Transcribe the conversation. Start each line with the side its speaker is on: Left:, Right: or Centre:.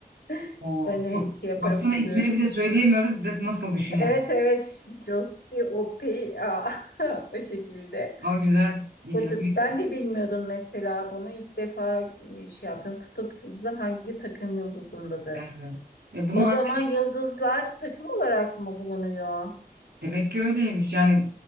Left: <laughs>
Right: Oo
Left: Ben de
Right: çok.
Left: şey yaparak
Right: Baksana
Left: okuyorum.
Right: ismini bile söyleyemiyoruz. De, nasıl düşün yani?
Left: Evet evet. Josiopea. <laughs> O şekilde.
Right: Ama güzel ilgilenmek.
Left: Kutup. Ben de bilmiyordum mesela bunu. İlk defa şey yapıyorum. Kutup yıldızı hangi takım yıldızındadır?
Right: Evet. E bunu
Left: O zaman
Right: ancak
Left: yıldızlar takım olarak mı bulunuyor?
Right: demek ki öyleymiş. Yani